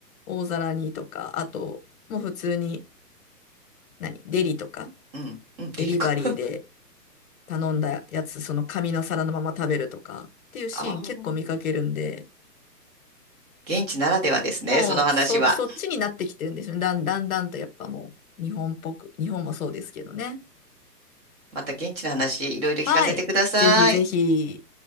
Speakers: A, on the left (about 60°); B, on the right (about 25°).
A: 大皿にとか、あともう普通に何デリとか。
B: うん、うん、デリカ。
A: デリバリーで
B: <laughs>
A: 頼んだやつ、その紙の皿のまま食べるとかっていうシーン結構見かけるんで、
B: ああ、現地ならではですね、
A: もうそ、
B: その話は。
A: そっちになってきてるんですよね。だんだんだんとやっぱもう日本っぽく、日本もそうですけどね。
B: また現地の話、いろいろ聞かせてください。
A: はい。ぜひぜひ。